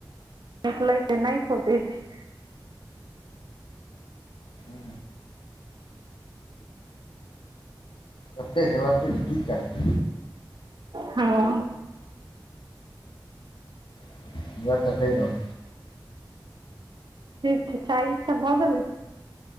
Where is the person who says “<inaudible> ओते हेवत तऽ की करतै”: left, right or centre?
Left